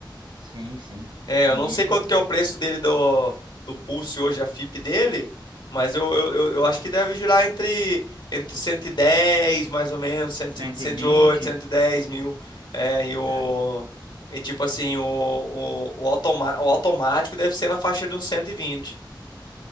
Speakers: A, on the right (about 70°); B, on the left (about 65°).
A: Sim, sim.
B: É,
A: O
B: eu não
A: nível
B: sei quanto que é o preço dele do, do Pulse hoje, a FIP dele, mas eu, eu, eu eu acho que deve girar entre, entre 110 mais ou menos, cem,
A: 120,
B: cento e oito cento e dez mil. É, e o.
A: é,
B: E tipo assim, o, o, o, automa- o automático deve ser na faixa de uns 120.